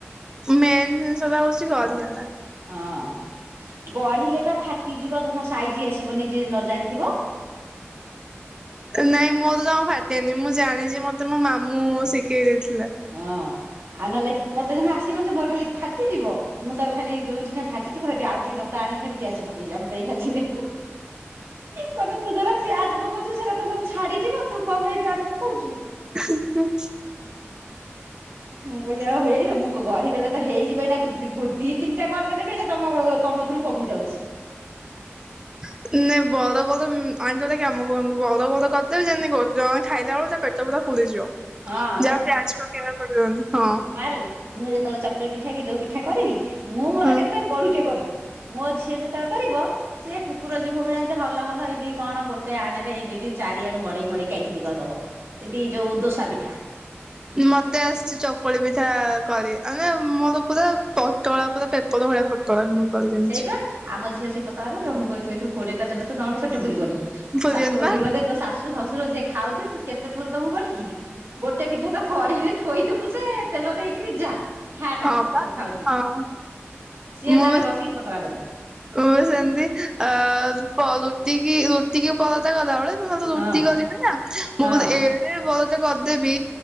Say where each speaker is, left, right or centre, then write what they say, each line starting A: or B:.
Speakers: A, on the right; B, on the right.
A: ମେନ୍ ଜିନିଷ ଟା ହଉଛି ଗଢିବା
B: ହଁ।
A: ଟା।
B: ହଁ ଗଢିଲେ ବା ଫାଟିଯିବ ଜମା ସାଇଜି ଆସିବ ନି ଯିଏ ନ ଜାଣିଥିବ।
A: ନାଇଁ ମୋର ଜମା ଫାଟେନି ମୁଁ ଜାଣିଛି ମତେ ମୋ ମାମୁ ଶିଖେଇ ଦେଇଥିଲେ।
B: ହଁ। ଆଉ ନହେଲେ ମତେ ଜମା ଆସିବନ ଯେ ମୋର ଖାଲି ଫାଟିଯିବ ମୁଁ ତାକୁ ଖାଲି ଯୋଉ ଠିନା ଫାଟିଥିବ ହେଠୁ ଆଉ ଟିକେ ଟାଣିକି ଖାଲି ପ୍ୟାଚ୍ ପକେଇବି। ଆମ ଦେଇ ଖାଲି ଯିବେ କହିବେ ତୁ ଯଉରା ପ୍ୟାଚ୍ ପକଉଚୁ ସେଟା ତ ସବୁ ଛାଡିଯିବ ତୁ କଣ ପାଇଁ ପିଆଜ ପକଉଛୁ।
A: <inaudible>
B: ମୁଁ କହିଲି ଆଉ ହେଇଯାଉ ମୁଁ ଗଢିଦେଲେ ତ ହେଇଯିବ ଏଇନା ଦି ତିନିଟା କରିଦେଲେ ବି ତମ ତମ ଥୁରୁ କମି ଯାଉଛି।
A: <unintelligible> ଖାଇଲା ବେଳୁ ତା ପେଟ ପୁରା ପୁରୀ ଯିବ ଯାହା ପିଆଜ
B: ହଁ
A: ପକେଇବା କରିହବନି ହଁ।
B: ମାରଲୁ ମୁଁ ଯେତେବେଳେ ଚକୁଳି ପିଠା କି ଯୋଉ ପିଠା କରିବି ମୁଁ ମୋର
A: ହଁ
B: ଏକାଥରେ ପଢୁ ଟିଏ କରିବି। ମୋ ଝିଅ ଯେତେବେଳେ କରିବ ସିଏ କୁକୁର ଯିବ ଭଳି ଏମିତି ହଲ ହଲ ଏମିତି କଣ ଗୋଟେ ଆଣ ରେ ଏମିତି ଚାରି ଆଡୁ ମଡେଇ ମଡେଇି ଏଠି ଟିକେ ଦବ। ଯଦି ଯୋଉ ଦୋସା ପିଠା।
A: ମତେ ଆସିଛି ଚକୁଳି ପିଠା କରି ମାନେ ମୋର ପୁରା ପୋଟଳା ପୁରା ପେପର ଭଳିଆ ପତଳା ମୁଁ କରି ଜାଣିଛି।
B: ସେଇପା ଆମ ଝିଅ ସେ ପତଳା କରିବ ମୁଁ କହିଥିଲୁ କୋଡିଏଟା ଦେଲେ ଜଣକ ପେଟ ପୁରିବନି।
A: ଭୁଲିଗଲି
B: ଶାଶୁ ଘଠିକି
A: ବା
B: ଗଲେ ତ ଶାଶୁ ଶଶୁର ଯିଏ ଖାଉଥିବେ ତୁ କେତେ ଥର ତମକୁ ଗଢିକି ଗୋଟେ ପିଠା ତ ଗଢି ଥୋଇଦବୁ ଯେ ତେଲ ଦେଇକିରି ଯା। ଖା ତାଙ୍କର
A: ହଁ ପା
B: ସବୁ ଖାଉଥିବି
A: ହଁ
B: ସିଏ
A: ମୁଁ
B: ତାର ବସିକି ପତଳା କରିବ
A: ମୁଁ ସେମିତି ଆ କରୁ ରୁଟି କି ପରତା କଲାବେଳେ ମୁଁ ତ ରୁଟି
B: ହଁ
A: କରିବି ନା
B: ହଁ
A: ମୁଁ ମୋର ଏ କରିଦେବି